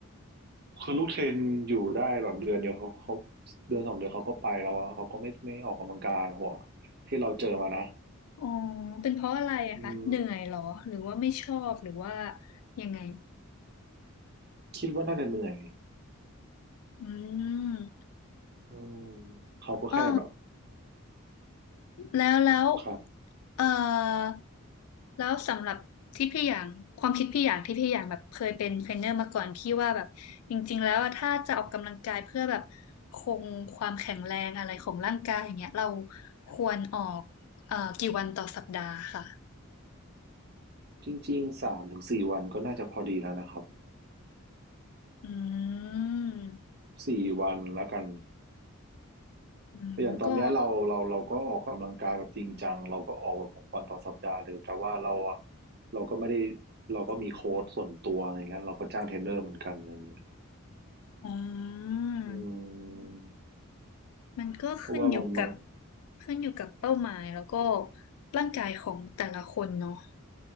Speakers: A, on the right; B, on the left.
A: ำคือลูกเทรนอยู่ได้แบบเดือนเดียวเขาเขาเดือนสองเดือนเขาก็ไปแล้วอะเขาก็ไม่ไม่ออกกำลังกายหัวที่เราเจอมานะ
B: อ๋อเป็นเพราะอะไรอะคะเหนื่อยเหรอหรือว่าไม่ชอบหรือว่า
A: อืม
B: ยังไง
A: คิดว่าน่าจะเหนื่อย
B: อืม
A: อืมเขาก็แค่แบบ
B: อ๋อแล้วแล้ว
A: ครับ
B: เอ่อแล้วสำหรับที่พี่อย่างความคิดพี่อย่างที่พี่อย่างแบบเคยเป็นเทรนเนอร์มาก่อนพี่ว่าแบบจริงๆแล้วอะถ้าจะออกกำลังกายเพื่อแบบคงความแข็งแรงอะไรของร่างกายอย่างเงี้ยเราควรออกเอ่อกี่วันต่อสัปดาห์ค่ะ
A: จริงๆสามถึงสี่วันก็น่าจะพอดีแล้วนะครับ
B: อืม
A: สี่วันแล้วกัน
B: อืมก็
A: อย่างตอนเนี้ยเราเราเราก็ออกกำลังกายแบบจริงจังเราก็ออกแบบหกวันต่อสัปดาห์เลยแต่ว่าเราอะเราก็ไม่ได้เราก็มีโค้ชส่วนตัวอะไรเงี้ยเราก็จ้างเทรนเนอร์เหมือนกันอะไรเงี้ย
B: อืม
A: อืม
B: มันก็ขึ้นอยู่กับ
A: เพราะว่าบางบาง
B: ขึ้นอยู่กับเป้าหมายแล้วก็ร่างกายของแต่ละคนเนาะ